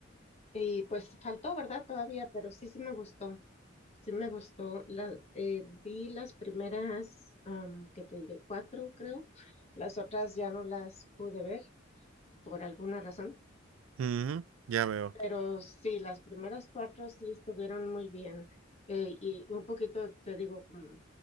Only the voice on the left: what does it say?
y pues faltó, ¿verdad? Todavía, pero sí, sí me gustó, sí me gustó. La, eh, vi las primeras, am, que te diré, cuatro creo, las otras ya no las pude ver por alguna razón.
Pero sí, las primeras cuatro sí estuvieron muy bien. eh, y un poquito, te digo, como